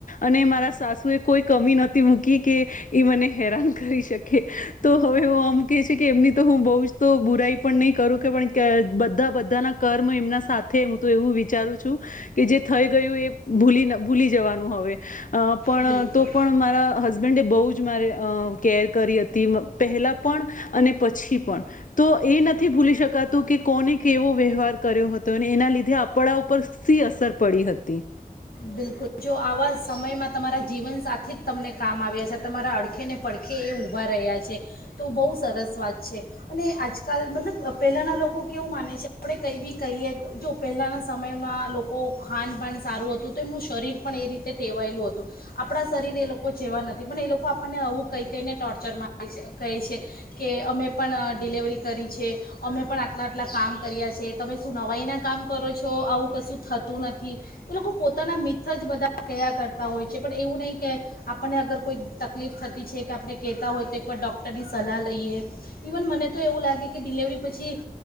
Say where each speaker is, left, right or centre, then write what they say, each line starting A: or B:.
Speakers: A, on the left; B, on the left.
A: અને મારા સાસુ એ કોઈ કમી નથી મૂકી કે એ મને હેરાન કરી શકે તો હવે હું આમકે કે એમની તો હું બઉ તો બુરાઈ પણ નહી કરું કે બધા બધાના કર્મ એમના સાથે એવું વિચારું છું કે જે થઈ ગયું એ ભૂલી ભૂલી જવાનું હવે અ પણ
B: બિલકુલ
A: તો પણ મારા હસબેન્ડે બહુ જ અ કેર કરી હતી પહેલા પણ અને પછી પણ તો એ નથી ભૂલી શકાતું કે કોને કેવો વ્યવહાર કર્યો હતો અને એના લીધે આપડા ઉપર સી અસર પડી હતી
B: બિલકુલ જો આવા સમયમાં તમારા જીવન સાથે જ તમને કામ આવ્યા છે તમારા અડખે ને પડખે એ ઊભા રહ્યા છે તો બહુ સરસ વાત છે અને આજકાલ મતલબ પહેલાંના લોકો કેવું માને છે આપણે કંઈ બી કહીએ જો પહેલાંના સમયમાં લોકો ખાન પાાન સારું હતું તો એમનું શરીર પણ એ રીતે ટેવાયેલું હતું આપણાં શરીર એ લોકો જેવા નથી પણ એ લોકો આપણને આવું કંઈ કઈને ટોર્ચરમાં છે કહે છે કે અમે પણ ડિલેવરી કરી છે અમે પણ આટલા આટલા કામ કર્યા છે તમે શું નવાઈના કામ કરો છો આવું કશું થતું નથી એ લોકો પોતાના મિથ જ બધા કયા કરતાં હોય છે પણ એવું નહીં કે આપણને અગર કોઈ તકલીફ થતી છે કે આપણે કહેતા હોય તો એકવાર ડૉક્ટરની સલાહ લઈએ ઇવન મને તો એવું લાગે કે ડિલેવરી પછી